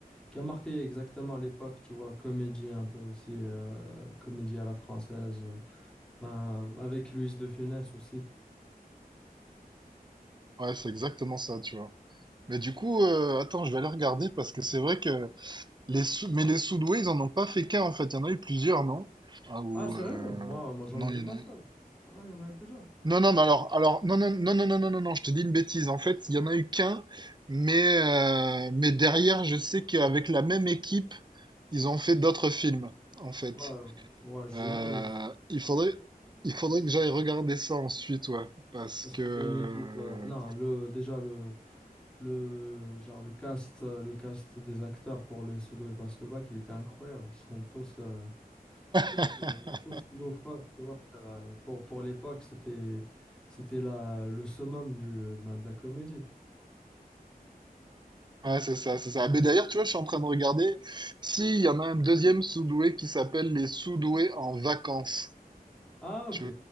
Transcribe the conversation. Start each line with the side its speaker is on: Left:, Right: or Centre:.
Centre: qui a marqué exactement l'époque, tu vois, comédie un peu aussi, euh, comédie à la française, euh, ben, avec Luis de Funès aussi.
Right: ouais, c'est exactement ça, tu vois. Mais du coup, euh, attends, je vais aller regarder parce que c'est vrai que les, sou- mais les sous-doués, ils en ont pas fait qu'un, en fait. Il y en a eu plusieurs, non? Ah, ou,
Centre: Ah, sérieux?
Right: euh,
Centre: Moi, moi j'en
Right: non,
Centre: ai vu
Right: il y
Centre: qu'un
Right: en a,
Centre: seul. Ah, il y en avait plusieurs.
Right: Non, non, mais alors, alors, non, non, non, non, non, non, non, non, je te dis une bêtise. En fait, il y en a eu qu'un, mais, euh, mais derrière, je sais qu'avec la même équipe, ils ont fait d'autres films, en fait.
Centre: Ouais, ouais, j'imagine.
Right: Euh, il faudrait, il faudrait que j'aille regarder ça ensuite, ouais, parce
Centre: Parce
Right: que,
Centre: que c'est une équipe. euh, non, le, déjà, le, le, genre, le cast, euh, le cast des acteurs pour le Sudo et passe le bac, il était incroyable. Ils sont tous, euh, tous,
Right: <laughs>
Centre: euh, tous loufoques, tu vois. Euh, pour pour l'époque, c'était, c'était la, le summum du, ben, de la comédie.
Right: ouais, c'est ça, c'est ça. Mais d'ailleurs, tu vois, je suis en train de regarder si il y en a un deuxième sous-doué qui s'appelle Les sous-doués en vacances.
Centre: Ah, ok.
Right: tu